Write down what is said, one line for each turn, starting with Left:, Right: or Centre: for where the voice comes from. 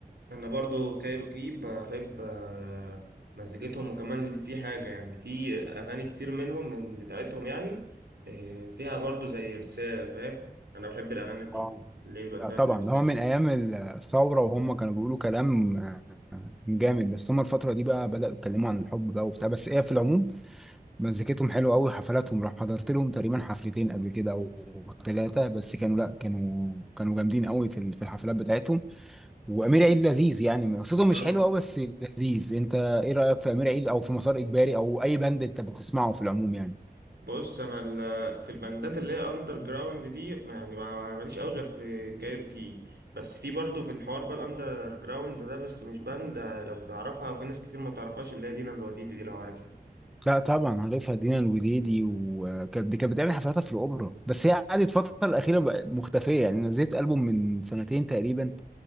Right: انا برضو كايروكي بحب آه، مزيكتهم وكمان في حاجة يعني في اغاني كتير منهم من بتاعتهم يعني آه، فيها برضو زي رسالة فاهم انا بحب الاغاني دي
Centre: اه
Right: اللي يبقى
Centre: لا
Right: فيها
Centre: طبعا
Right: زي رسالة
Centre: ده هو من أيام الثورة وهم كانوا بيقولوا كلام آه، جامد بس هم الفترة دي بقى بدأوا يتكلموا عن الحب بقى وبتاع بس إيه في العموم مزيكتهم حلوة أوي حفلاتهم راح حضرت لهم تقريبا حفلتين قبل كده أو ثلاثة بس كانوا لا كانوا كانوا جامدين أوي في ال- في الحفلات بتاعتهم وامير عيد لذيذ يعني قصته مش
Right: اه
Centre: حلوه قوي بس لذيذ انت ايه رايك في امير عيد او في مسار اجباري او اي باند انت بتسمعه في العموم يعني
Right: بص انا ال- في البندات اللي هي اندر جراوند دي ما- يعني ما- ماليش قوي غير في كايروكي بس في برضو في الحوار بقى الاندر جراوند ده بس مش باند آه، لو تعرفها وفي ناس كتير ما تعرفهاش اللي هي دينا الوديدي دي لو عارفها
Centre: لا طبعا عارفها دينا الوديدي وكانت دي كانت بتعمل حفلاتها في الاوبرا بس هي قعدت الفتره الاخيره بقى مختفيه يعني نزلت البوم من سنتين تقريبا